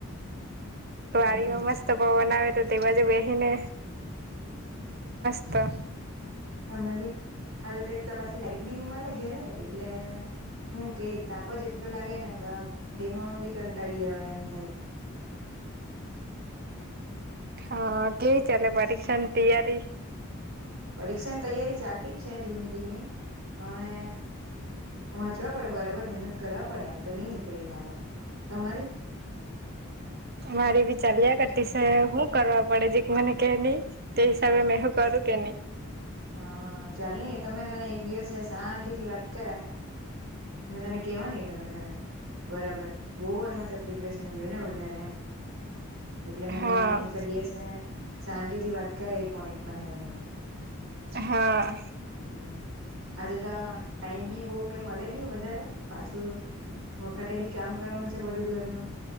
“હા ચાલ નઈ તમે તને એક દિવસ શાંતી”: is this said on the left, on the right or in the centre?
Right